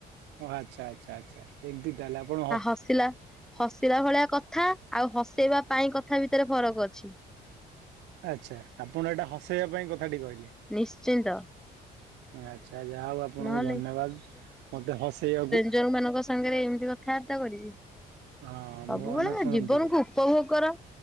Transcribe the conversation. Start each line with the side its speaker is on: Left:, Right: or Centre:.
Right: ଓ ଆଚ୍ଛା ଆଚ୍ଛା ଆଚ୍ଛା ଏମିତି ତାହାଲେ ଆପଣ ହଁ।
Centre: ଆସିଲା। ହସିଲା ଭଳିଆ କଥା ଆଉ ହସେଇବା ପାଇଁ କଥା ଭିତରେ ଫରକ ଅଛି।
Right: ଆଚ୍ଛା ଆପଣ ଏଇଟା ହସେଇବା ପାଇଁ କଥାଟି କହିଲେ।
Centre: ନିଶ୍ଚିନ୍ତ।
Right: ଆଚ୍ଛା ଯାହା ହଉ ଆପଣଙ୍କୁ
Centre: ନହେଲେ
Right: ଧନ୍ୟବାଦ ମତେ ହସେଇବାକୁ।
Centre: ଯୋଉମାନଙ୍କ ସାଙ୍ଗରେ ଏମିତି କଥାବାର୍ତ୍ତା କରିବି।
Right: ହଁ
Centre: ସବୁବେଳେ
Right: ମୋ ନା ଶୁଣନ୍ତୁ
Centre: ଜୀବନକୁୁ ଉପଭୋଗ କର।